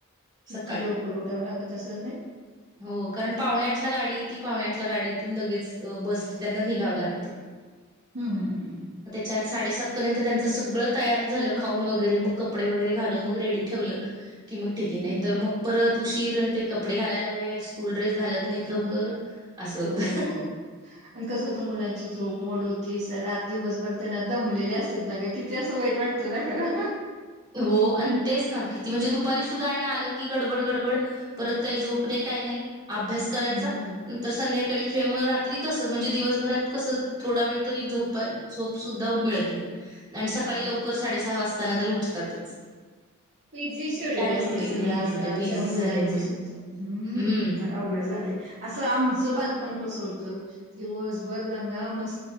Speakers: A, on the right (about 20°); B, on the right (about 55°).
A: <inaudible>
B: किती
A: सकाळी
B: लवकर उठावं लागत असेल नाही.
A: हो कारण पावण्या आठला गाडी येती पावण्या.. डी लेच ब निघा लाग
B: हम्म हम्म.
A: चात साडेसात पर्यंत त्यांचं सगळं तयार झालं खाऊन वगैरे मग कपडे वगैरे घालून मग रेडी ठेवलं. कि मग ठीके नाही
B: हम्म
A: तर मग परत उशीरण ते कपडे घालायला वेळ स्कूल ड्रेस घालत नाहीत लवकर
B: हम्म.
A: असं होत
B: हो. आणि कसं होतं मुलांची झोप मोड होतीसर आात दिवसभर त्यांना दमलेले असते ना ग किती असं वाईट वाटतं ना खरं.
A: हो
B: हम्म.
A: आणि तेच ना किती म्हणजे दुपारी सुद्धा आणि आलं. डड परत काही झो का नाही अभ्यास करायचा
B: हम्म
A: नर संध्याकाळी खेळ रात्री तसच म्हणजे दिवसभरात कस थोडा वेळ तरी झो झोप सुद्धा मिळत नाही. आणि सकाळी
B: व्हय.
A: लवकर साडेसहा वाजताना तरी उठतातच.
B: पीजी शेड्यूल
A: ते काय
B: असत
A: रुटीन
B: सगळं
A: हे
B: आजकालच्या
A: झालं बिझी
B: मुलांच
A: झालंय
B: सुद्धा हम्
A: हम्म
B: फार अवघड झालं. अस आमच बापण कस होतवसभरा मस्